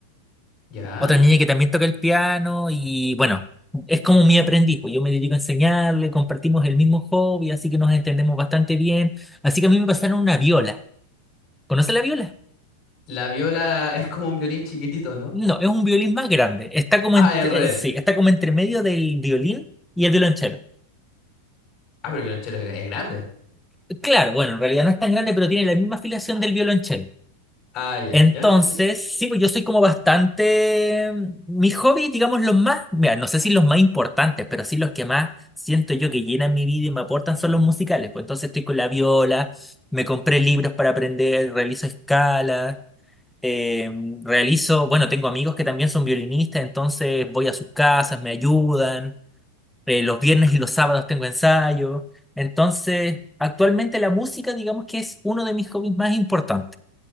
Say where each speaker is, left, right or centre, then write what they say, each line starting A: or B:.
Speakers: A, on the left (about 30°); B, in the centre.
A: ¿Ya?
B: otra niña que también toca el piano y bueno, es como mi aprendiz, pues yo me dedico a enseñarle, compartimos el mismo hobby, así que nos entendemos bastante bien, así que a mí me pasaron una viola. ¿Conoce la viola?
A: La viola <laughs> es como un violín chiquitito, ¿no?
B: No, es un violín más grande, está como,
A: Ah,
B: ent-
A: es
B: eh,
A: al revés.
B: sí, está como entre medio del violín y el violonchelo.
A: Ah, pero el violonchelo es, es grande.
B: Claro, bueno, en realidad no es tan grande, pero tiene la misma afiliación del violonchelo.
A: Ah, ya,
B: Entonces,
A: ya, sí.
B: sí, pues yo soy como bastante. Mis hobbies, digamos, los más. Mira, no sé si los más importantes, pero sí los que más siento yo que llenan mi vida y me aportan son los musicales. Pues entonces estoy con la viola, me compré libros para aprender, realizo escalas, eh, realizo. Bueno, tengo amigos que también son violinistas, entonces voy a sus casas, me ayudan. eh, los viernes y los sábados tengo ensayo. Entonces, actualmente la música, digamos que es uno de mis hobbies más importantes.